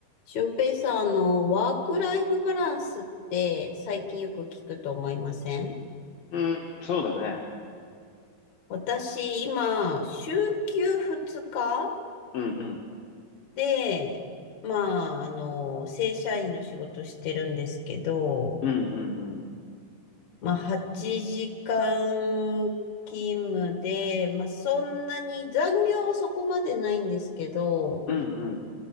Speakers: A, on the left; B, on the left.
A: 翔平さん、あの、ワークライフバランスって最近よく聞くと思いません
B: うん、そうだね。
A: 私、今、週休2日
B: うんうん、
A: で、まあ、あの、正社員の仕事してるんですけど、
B: うんうんうん、
A: まあ、8時間勤務で、まあ、そんなに残業はそこまでないんですけど、
B: うん